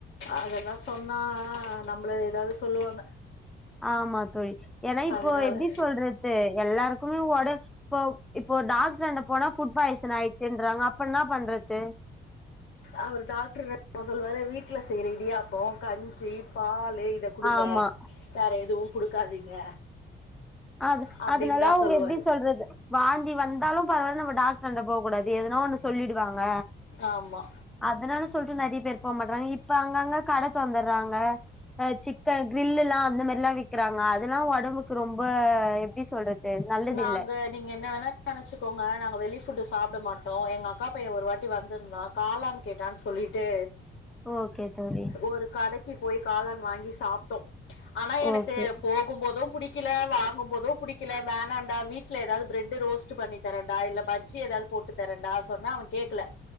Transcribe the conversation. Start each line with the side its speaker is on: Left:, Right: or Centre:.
Left: அதெல்லா சொன்னா நம்மள ஏதாவது சொல்லுவாங்க
Centre: ஆமா தோழி ஏன்னா இப்போ
Left: அதனால
Centre: எப்டி சொல்ற து எல்லாருக்குமே ஒட இப்போ இப்போ டாக்டராண்ட போனா புட் பாய்சன் ஆயிச்சுன்றாங்க அப்பனா என்னா பண்றது
Left: அவர் டாக்டர் என்னா தெரிமா சொல்வாரு வீட்ல செய்ற இடியாப்போ கஞ்சி பால்லு இத குடுங்க
Centre: ஆமா
Left: வேற எதுவு குடுக்காதீங்க
Centre: அது
Left: அப்டின்னு
Centre: அதனாலா
Left: தா
Centre: அவங்க
Left: சொல்லுவாரு
Centre: எப்டி சொல்றது வாந்தி வந்தாலு பரவால்ல டாக்டராண்ட போக கூடாது எதுனோ ஒன்னு சொல்லிடுவாங்க
Left: ஆமா
Centre: அதனாலு சொல்ட்டு நெறைய பேர் போக மாட்டறாங்க இப்ப அங்கங்க கட தொறந்தறாங்க அ சிக்கன் கிரில்லுல்லா அந்த மாரி எல்லா விக்கிறாங்க அதெல்லா ஒடம்புக்கு ரொம்ப எப்டி சொல்றது நல்லதில்ல
Left: நாங்க நீங்க என்ன வேணா நெனச்சுக்கோங்க நாங்க வெளி ஃபுட்டு் சாப்பட மாட்டோ எங்கக்கா பைய ஒரு வாட்டி வந்திருந்தா காலான் கேட்டான் சொல்லிட்டு
Centre: ஓகே தோழி
Left: ஒரு கடைக்கு போய் காளான் வாங்கி சாப்ட்டோ ஆனா எனக்கு
Centre: ஓகே
Left: போகும் போது புடிக்கல வாங்கும்போது புடிக்கல வே வேண்டா வீட்ல ஏதாவது பிரெட் ரோஸ்ட் பண்ணி தரண்டா இல்ல பஜ்ஜி ஏதாவது போட்டு தரேண்டா சொன்னா அவ கேக்கல